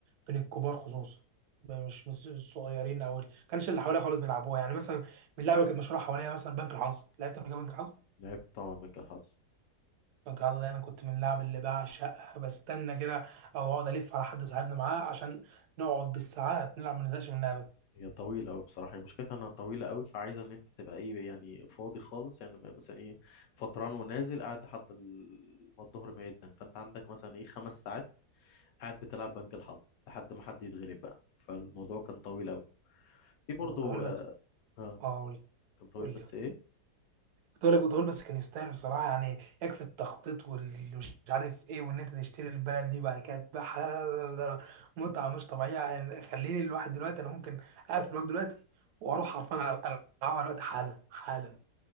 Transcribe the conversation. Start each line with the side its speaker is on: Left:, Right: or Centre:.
Right: بين الكبار خصوصا مش مش الصغيرين او ال- كانش اللي حواليا خالص بيلعبوها يعني مثلا من اللعبه اللي كانت مشهوره حواليا مثلا بنك الحظ لعبت قبل كده بنك الحظ
Left: لعبت طبعا مجال الحظ
Right: بنك الحظ ده انا كنت من اللعب اللي بعشقها بستنى كده او اقعد الف على حد صاحبنا معاه عشان نقعد بالساعات نلعب ما نزهقش من اللعبه
Left: هي طويلة أوي بصراحة هي مشكلتها إنها طويلة أوي فعايزة إن أنت تبقى إيه يعني فاضي خالص يعني م- مثلا إيه فطران ونازل قاعد لحد ال- ما الظهر ما يدن فأنت عندك مثلا إيه خمس ساعات قاعد بتلعب بنك الحظ لحد ما حد يتغلب بقى فالموضوع كان طويل أوي في برضو
Right: طويل
Left: آه,
Right: بس
Left: آه
Right: اه قول
Left: كان طويل
Right: قول
Left: بس
Right: لي
Left: إيه
Right: كنت اقول لك بتقول بس كان يستاهل بصراحه يعني يكفي التخطيط واللي مش عارف ايه وان انت تشتري البلد دي وبعد كده تبيعها لا لا لا لا ده متعه مش طبيعيه يعني خليني الواحد دلوقتي انا ممكن اقفل معاك دلوقتي واروح حرفيا ألع- العبها دلوقتي حالا حالا